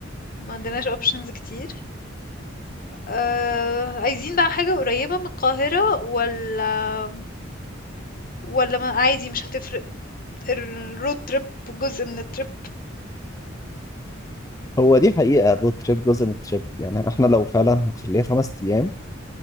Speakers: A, on the left; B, on the left.
A: ما عندناش اوبشنز كتير آه، عايزين بقى حاجة قريبة من القاهرة ولا ولا ما عادي مش هتفرق الرود تريب جزء من التريب
B: هو دي حقيقة الرود تريب جزء من التريب يعني احنا لو فعلا هنخليها خمس ايام